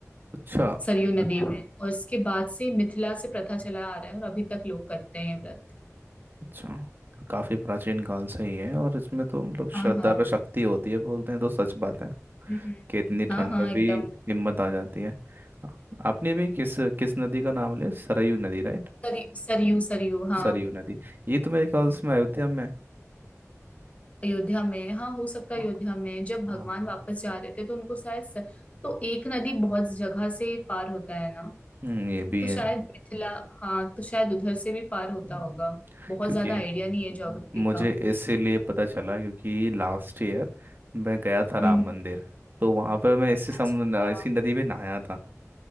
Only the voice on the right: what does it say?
अच्छा
अच्छा काफी प्राचीन काल से ही है और इसमें तो मतलब
श्रद्धा
पे शक्ति होती है बोलते हैं तो सच बात है
कि इतनी
ठंड
में
भी हिम्मत आ जाती है आ- आपने भी किस किस नदी का नाम लिया सरयू नदी राइट
सरयू नदी ये तो मेरे ख्याल से में अयोध्या में है।
हाँ
हाँ।
हम्म ये भी
है
हम्म।
क्योंकि
मुझे
इसीलिए पता चला क्योंकि लास्ट ईयर मैं गया था राम
मंदिर तो वहां पर मैं इसी सम
इसी नदी में नहाया था